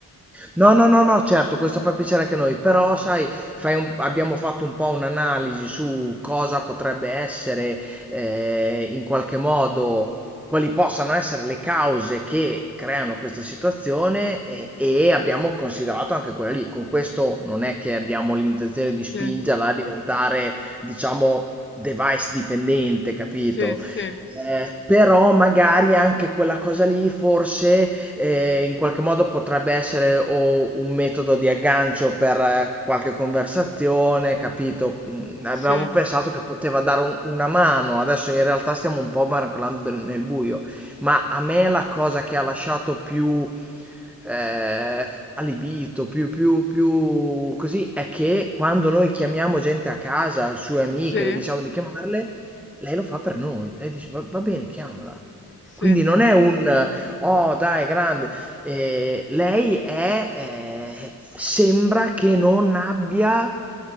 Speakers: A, in the centre; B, on the left.
A: No, no, no, no, certo, questo fa piacere anche a noi, però sai, fai un- abbiamo fatto un po' un'analisi su cosa potrebbe essere, eh, in qualche modo, quali possano essere le cause che creano questa situazione e, e abbiamo considerato anche quella lì. Con questo non è che abbiamo l'intenzione di
B: Sì,
A: spingerla a diventare, diciamo... device dipendente, capito?
B: sì, sì,
A: Eh, però magari anche quella cosa lì forse eh, in qualche modo potrebbe essere o un metodo di aggancio per eh, qualche conversazione, capito? Mm, Avevamo
B: sì,
A: pensato che poteva dare un- una mano, adesso in realtà stiamo un po' barcolando nel buio, ma a me la cosa che ha lasciato più eh, allibito, più, più, più così, è che quando noi chiamiamo gente a casa, sue amiche,
B: sì,
A: le diciamo di chiamarle, lei lo fa per noi. Lei dice, va, va bene, chiamala.
B: sì.
A: Quindi non è un eh, "Oh, dai, grande". Ehm, lei è ehm, sembra che non abbia,